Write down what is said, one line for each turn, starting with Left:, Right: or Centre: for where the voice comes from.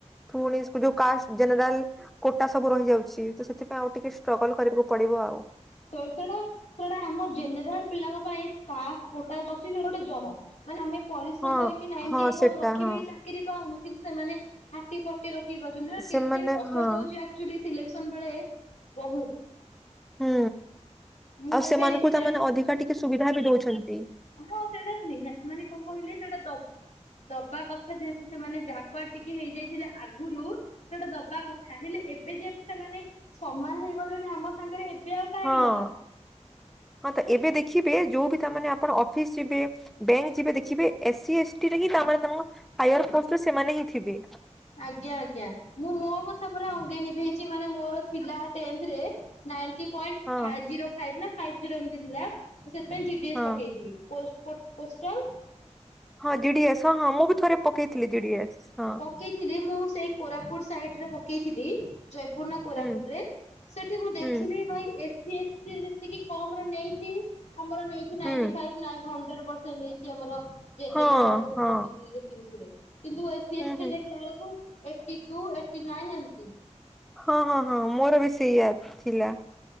Centre: ଫୁଣି ଯୋଉ କାଷ୍ଟ ଜେନେରାଲ କୋଟା ସବୁ ରହିଯାଉଚି ତ ସେଥିପାଇଁ ଆଉ ଟିକେ ଷ୍ଟ୍ରଗଲ୍ କରିବାକୁ ପଡିବ ଆଉ।
Left: ଅ ସେଟା ସେଟା ଆମ ଜେନେରାଲ ପିଲାଙ୍କ ପାଇଁ କାଷ୍ଟ କୋଟା ଅଛି ସେଟା ଗୋଟେ ଜୋ ମାନେ ଆମେ ପରିଶ୍ରମ
Centre: ହଁ
Left: କରିକି ନାଇଣ୍ଟି
Centre: ହଁ
Left: ଏଭବ୍
Centre: ସେଟା
Left: ରଖିବେ
Centre: ହଁ
Left: ଚାକିରି ପାଉନୁ କିନ୍ତୁ ସେମାନେ ଥାର୍ଟି ଫର୍ଟି ରଖି ପାଉଚନ୍ତି ରେ କେତେ
Centre: ସେମାନେ
Left: କଷ୍ଟ
Centre: ହଁ
Left: ଦୋଉଚି ଆକଚୋଲି ସିଲେକ୍ସନ ବେଳେ ବୋହୁତ।
Centre: ହୁଁ
Left: ମୁଁ
Centre: ଆଉ ସେମାନଙ୍କୁ
Left: ଏବେ ରିସେଣ୍ଟ
Centre: ତାମାନେ ଅଧିକା ଟିକେ ସୁବିଧା ବି ଦୋଉଛନ୍ତି।
Left: ହଁ ସେଇଟା ନିହାତି ମାନେ କଣ କହିଲେ ସେଟା ଦ ଦବା କଥା ଯେହେତୁ ସେମାନେ ବ୍ୟାକୱାର୍ଡ ଟି କି ହେଇଯାଇଥିଲେ ଆଗୁରୁ ସେଟା ଦବା କଥା ହେଲେ ଏବେ ଯେହେତୁ ସେମାନେ ସମାନ ହେଇଗଲେଣି ଆମ ସାଙ୍ଗରେ ଏବେ ଆଉ କାହିଁକି
Centre: ହଁ
Left: ଦବା।
Centre: ହଁ ତ ଏବେ ଦେଖିବେ ଯୋଉ ବି ତାମାନେ ଆପଣ ଅଫିସ ଯିବେ ବ୍ୟାଙ୍କ ଯିବେ ଦେଖିବେ ଏସି ଏସ୍ଟି ରେ ହିଁ <unintelligible> କାମ ରେ ତମ ହାଇଅର୍ ପୋଷ୍ଟରେ ସେମାନେ ହିଁ ଥିବେ।
Left: ଆଜ୍ଞା ଆଜ୍ଞା ମୁଁ ମୋ କଥା ପରା ଅଙ୍ଗେ ନିଭେଇଚି ମାନେ ମୋର ଥିଲା ଟେନ୍ଥ ରେ ନାଇଣ୍ଟି ପଏଣ୍ଟ
Centre: ହଁ
Left: ଫାଏ ଜିରୋ ଫାଇଭ୍ ନା ଫାଇଭ୍ ଜିରୋ ଏମତି ଥିଲା। ସେଥିପାଇଁ ଜି ଡି ଏସ
Centre: ହଁ
Left: ପକେଇଥିଲି। ପୋଷ୍ଟ ପୁଟ ପୋଷ୍ଟ
Centre: ହଁ ଜି ଡି ଏସ ହଁ ହଁ ମୁଁ ବି ଥରେ ପକେଇଥିଲି ଜି ଡି ଏସ ହଁ।
Left: ପକେଇଥିଲେ ମୁଁ ସେଇ କୋରାପୁଟ ସାଇଟରେ ପକେଇଥିଲି। ଜୟପୁର ନା କୋରାପୁଟରେ
Centre: ହୁଁ
Left: ସେଠି ମୁଁ ଦେଖିଲି
Centre: ହୁଁ
Left: ଭାଇ ଏ ସି ବି ଏଫ୍ ରେ ଯେତିକି କମ ରେ ନେଇଚି ଆମର ନେଇଚି ନାଇଣ୍ଟି
Centre: ହୁଁ
Left: ଫାଇଭ୍ ନାଇଁ ହଣ୍ଡ୍ରେଡ୍ ପର୍ସେଣ୍ଟ ନେଇଚି ଆମର ଜେନେରାଲ
Centre: ହଁ
Left: ଆଉ
Centre: ହଁ
Left: O B C A C B C ରେ କିନ୍ତୁ ଏଇ ଏ ସି ଏ
Centre: ହୁଁ
Left: ଷ୍ଟି
Centre: ହୁଁ
Left: ଦେଖିଲା ଏଳକୁ ଏଇଟି ଟୁ ଏଇଟି ନାଇନ୍ ଏମିତି।
Centre: ହଁ ହଁ ହଁ ମୋର ବି ସେଇ ୟା ଥିଲା।